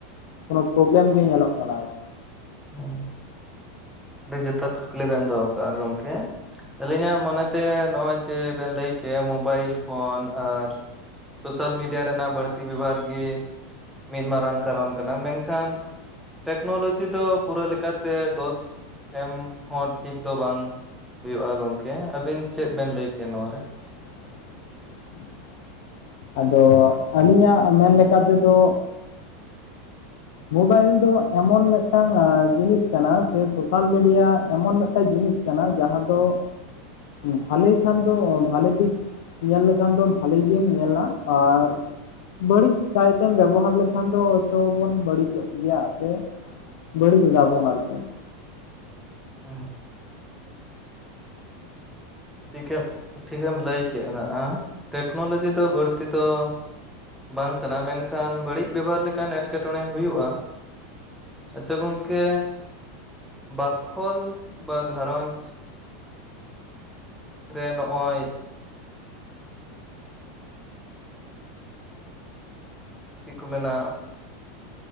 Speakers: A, on the left (about 60°); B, in the centre.
A: ᱠᱳᱱᱳ ᱯᱨᱳᱵᱽᱞᱮᱢ ᱜᱮ ᱧᱮᱞᱚᱜ ᱠᱟᱱᱟ ᱾
B: ᱦᱮᱸ ᱟᱹᱰᱤ ᱡᱚᱛᱷᱟᱛ ᱠᱩᱠᱞᱤ ᱵᱤᱱ ᱫᱚᱦᱚ ᱠᱟᱜᱼᱟ ᱜᱚᱢᱠᱮ ᱾ ᱟᱹᱞᱤᱧᱟᱜ ᱢᱚᱱᱮ ᱛᱮ ᱱᱚᱜᱼᱚᱭ ᱡᱮ ᱵᱮᱱ ᱞᱟᱹᱭᱠᱮᱜ ᱢᱳᱵᱟᱭᱤᱞ ᱯᱷᱳᱱ ᱟᱨ ᱥᱳᱥᱟᱞ ᱢᱤᱰᱤᱭᱟ ᱨᱮᱱᱟᱜ ᱵᱟᱹᱲᱛᱤ ᱵᱮᱵᱷᱟᱨ ᱜᱮ ᱢᱤᱫ ᱢᱟᱨᱟᱝ ᱠᱟᱨᱚᱱ ᱠᱟᱱᱟ᱾ ᱢᱮᱱᱠᱷᱟᱱ ᱴᱮᱠᱱᱳᱞᱚᱡᱤ ᱫᱚ ᱯᱩᱨᱟᱹ ᱞᱮᱠᱟᱛᱮ ᱫᱚᱥ ᱮᱢ ᱦᱚᱸ ᱴᱷᱤᱠ ᱫᱚ ᱵᱟᱝ ᱦᱩᱭᱩᱜᱼᱟ ᱜᱚᱝᱠᱮ ᱟᱵᱤᱱ ᱪᱮᱫ ᱵᱮᱱ ᱞᱟᱹᱭ ᱠᱮᱭᱟ ᱱᱚᱣᱟ ᱨᱮ ᱾
A: <inaudible> ᱟᱫᱚ ᱟᱹᱞᱤᱧᱟᱜ ᱢᱮᱱ ᱞᱮᱠᱟ ᱛᱮᱫᱚ ᱢᱳᱵᱟᱭᱤᱞ ᱫᱚ ᱮᱢᱚᱱ ᱢᱤᱫᱴᱟᱝ ᱡᱤᱱᱤᱥ ᱠᱟᱱᱟ ᱥᱮ ᱥᱳᱥᱟᱞ ᱢᱤᱰᱤᱭᱟ ᱮᱢᱚᱱ ᱢᱤᱫᱴᱟᱝ ᱡᱤᱱᱤᱥ ᱠᱟᱱᱟ ᱡᱟᱦᱟᱸ ᱫᱚ ᱵᱷᱟᱞᱮ ᱠᱷᱟᱱ ᱫᱚ ᱵᱷᱟᱞᱮ ᱫᱤᱠ ᱧᱮᱞ ᱞᱮᱠᱷᱟᱱ ᱫᱚ ᱵᱷᱟᱞᱤ ᱜᱮᱢ ᱧᱮᱞᱟ ᱟᱨ ᱵᱟᱹᱲᱤᱡ ᱠᱟᱭᱛᱮᱢ ᱵᱮᱵᱚᱦᱟᱨ ᱞᱮᱠᱷᱟᱱ ᱫᱚ ᱦᱚᱭᱛᱚ ᱵᱚᱱ ᱵᱟᱹᱲᱤᱡᱚᱜ ᱜᱮᱭᱟ ᱥᱮ ᱵᱟᱹᱲᱤᱡ ᱫᱟᱵᱚᱱ ᱟᱨᱠᱤ ᱾
B: ᱦᱮᱸ ᱾ ᱪᱤᱠᱟᱹ ᱴᱷᱤᱠᱮᱢ ᱞᱟᱹᱭ ᱠᱮᱫ-ᱟ ᱱᱟᱜᱼᱟ ᱴᱮᱠᱱᱳᱞᱚᱡᱤ ᱫᱚ ᱵᱟᱹᱲᱛᱤ ᱫᱚ ᱵᱟᱝ ᱠᱟᱱᱟ ᱢᱮᱱᱠᱷᱟᱱ ᱵᱟᱹᱲᱤᱡ ᱵᱮᱵᱚᱦᱟᱨ ᱞᱮᱠᱟᱱ ᱮᱸᱴᱠᱮᱴᱚᱬᱮ ᱦᱩᱭᱩᱜᱼᱟ᱾ ᱟᱪᱪᱷᱟ ᱜᱚᱝᱠᱮ ᱵᱟᱠᱷᱳᱞ ᱵᱟ ᱜᱷᱟᱨᱚᱸᱡᱽ ᱨᱮ ᱱᱚᱜᱼᱚᱭ ᱪᱤᱫ ᱠᱚ ᱢᱮᱱᱟ